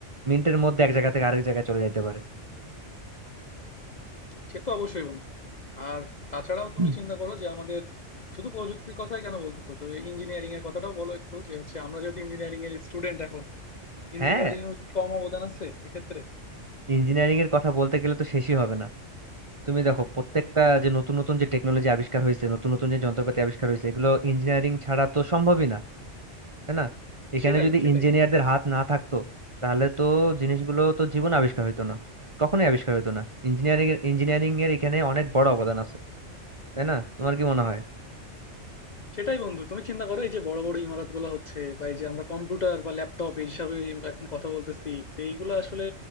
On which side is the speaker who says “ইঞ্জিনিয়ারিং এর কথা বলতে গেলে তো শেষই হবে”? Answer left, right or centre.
Right